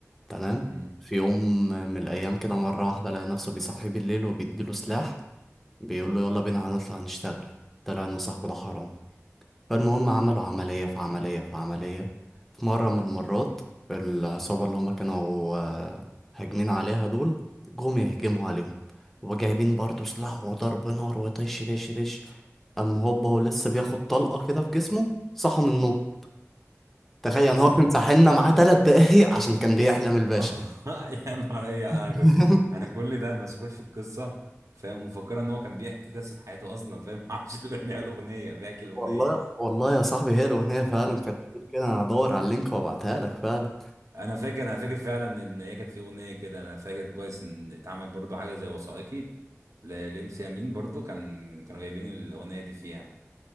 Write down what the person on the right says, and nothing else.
امم
اصلا
اه <laughs> يا نهار ايه انا
كنت انا كل ده مسحول في القصه فاهم ومفكره ان هو كان بيحكي قصه حياته اصلا فاهم <laughs> ما اعرفش ان هي الاغنيه بيحكي الاغنيه
<laughs>
انا فاكر انا فاكر فعلا ان هي كانت في اغنيه كده انا فاكر كويس ان اتعمل برضو حاجه زي وثائقي لام سي امين برضو كان كانوا جايبين الاغنيه دي فيها